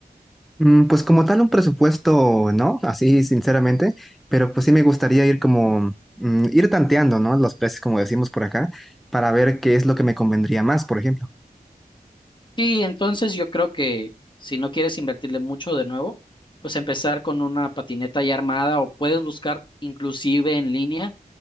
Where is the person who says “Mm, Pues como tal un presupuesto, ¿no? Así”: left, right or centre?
Centre